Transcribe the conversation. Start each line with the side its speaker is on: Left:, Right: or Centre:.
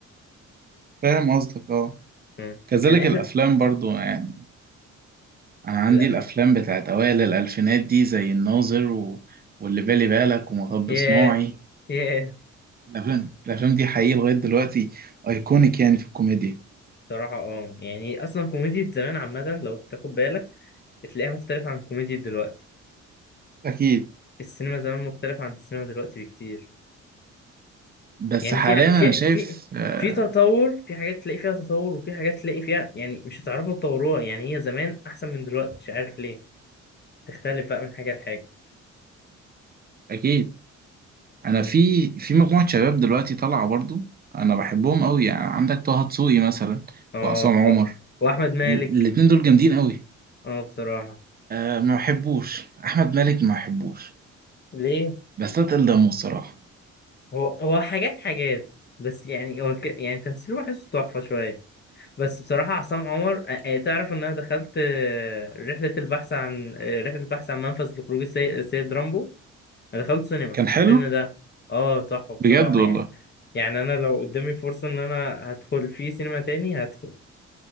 Right: فاهم قصدك اه
Left: مم.
Right: كذلك
Left: انا اخر
Right: الافلام برضو يعني انا عندي
Left: الافلام
Right: الافلام بتاعت اوائل الالفينات دي زي الناظر و... واللي بالي بالك ومطب
Left: ياه
Right: صناعي
Left: ياه
Right: الافلام الافلام دي حقيقي لغاية دلوقتي ايكونيك يعني في الكوميديا
Left: صراحة اه يعني اصلا كوميديا زمان عامة لو تاخد بالك بتلاقيها مختلفة عن كوميديا دلوقتي
Right: اكيد
Left: السينما زمان مختلفة عن السينما دلوقتي بكتير
Right: بس
Left: يعني
Right: حاليا
Left: في ع- في
Right: انا شايف
Left: في
Right: آه،
Left: في تطور في حاجات تلاقي فيها تطور وفي حاجات تلاقي فيها يعني مش هتعرفوا تطوروها يعني هي زمان احسن من دلوقتي مش عارف ليه تختلف بقى من حاجة لحاجة
Right: اكيد انا
Left: مم.
Right: في في مجموعه شباب دلوقتي طالعه برضو انا بحبهم قوي يعني عندك طه دسوقي مثلا
Left: اه
Right: وعصام عمر
Left: و... واحمد مالك
Right: ال- الاتنين دول جامدين قوي
Left: اه بصراحة
Right: أه ما بحبوش احمد مالك ما بحبوش
Left: ليه
Right: بس اتقل دمه الصراحه
Left: هو هو حاجات حاجات بس يعني هو ك- يعني تمثيله بحسه تحفة شوية بس بصراحة عصام عمر آه، تعرف إن أنا دخلت آه، رحلة البحث عن آه، رحلة البحث عن منفذ لخروج السي- السيد رامبو أنا دخلت سينما
Right: كان حلو
Left: الفيلم ده آه تحفة بصراحة
Right: بجد والله
Left: يعني يعني أنا لو قدامي فرصة إن أنا هدخل فيه سينما تاني هدخل